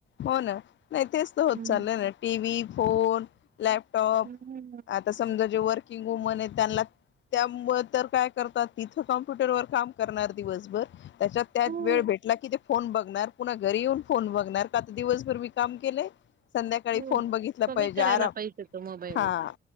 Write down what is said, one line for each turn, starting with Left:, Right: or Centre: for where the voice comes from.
Left: हो ना. नाही तेच तर होत
Right: हम्म.
Left: चाललं ना. टी व्ही, फोन लॅपटॉप
Right: हम्म
Left: आ- समजा जे वर्किंग वुमन आहे त्यांना- त्यामुळं तर काय करतात? तिथं कम्प्युटर वर काम करणार दिवसभर- त्याच्यात त्यात
Right: खूप
Left: वेळ भेटला की ते फोन बघणार. पुन्हा घरी येऊन फोन बघणार. आता दिवसभर मी काम केलंय. संध्याकाळी
Right: खूप
Left: फोन बघितला
Right: कमी
Left: पाहिजे.
Right: करायला
Left: आराम.
Right: पाहिजे तो मोबाईल.
Left: हा.